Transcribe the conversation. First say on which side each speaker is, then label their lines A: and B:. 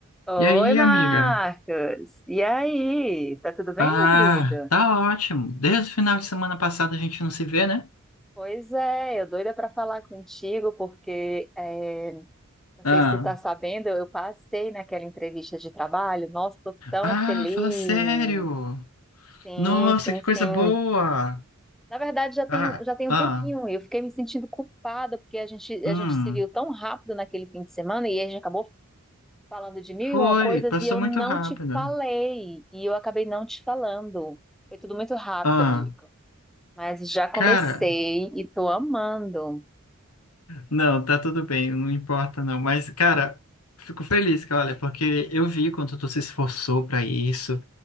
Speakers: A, in the centre; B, on the left.
A: Oi,
B: E aí,
A: Marcos.
B: amiga?
A: E aí? Tá tudo bem,
B: Ah,
A: meu querido?
B: tá ótimo. Desde o final de semana passado a gente não se vê, né?
A: Pois é, eu doida para falar contigo porque é, não
B: Ah,
A: sei se tu tá sabendo, eu passei naquela entrevista de trabalho. Nossa, tô tão
B: ah,
A: feliz.
B: fala sério.
A: Sim,
B: Nossa,
A: sim,
B: que
A: sim.
B: coisa boa.
A: Na verdade, já tem,
B: Ah,
A: já tem
B: ah,
A: um tempinho. Eu fiquei me sentindo culpada porque a gente,
B: hum,
A: a gente se viu tão rápido naquele fim de semana e a gente acabou falando de mil e
B: foi,
A: uma coisas
B: passou
A: e eu
B: muito
A: não
B: rápido.
A: te falei. E eu acabei não te falando. Foi tudo muito rápido,
B: Ah,
A: amigo. Mas já comecei
B: cara,
A: e tô amando.
B: Não, tá tudo bem, não importa não. Mas, cara, fico feliz, cara, olha, porque eu vi quanto tu se esforçou pra isso,